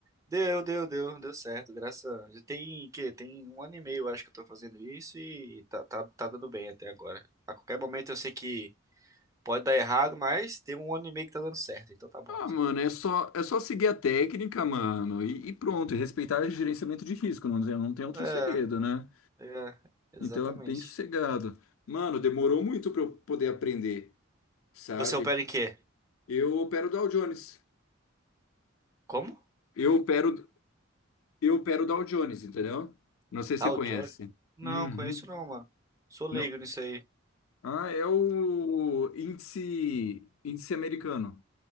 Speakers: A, on the right (about 15°); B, on the left (about 85°).
A: Deu, deu, deu, deu certo, graças a... Já tem, que, tem um ano e meio, eu acho que eu tô fazendo isso e tá, tá, tá dando bem até agora. A qualquer momento eu sei que pode dar errado, mas tem um ano e meio que tá dando certo, então tá bom.
B: Ah, mano, é só, é só seguir a técnica, mano, e, e pronto. E respeitar o gerenciamento de risco, não tem, não tem outro
A: É,
B: segredo, né?
A: é, exatamente.
B: Então é bem sossegado. Mano, demorou muito pra eu poder aprender, sabe?
A: Você opera em quê?
B: Eu opero Dow Jones.
A: Como?
B: Eu opero, Eu opero o Dow Jones, entendeu? Não sei se
A: Tal
B: você conhece.
A: Johnny? Não,
B: Uhum.
A: conheço não, mano. Sou leigo
B: Não.
A: nisso aí.
B: Ah, é o índice, índice americano.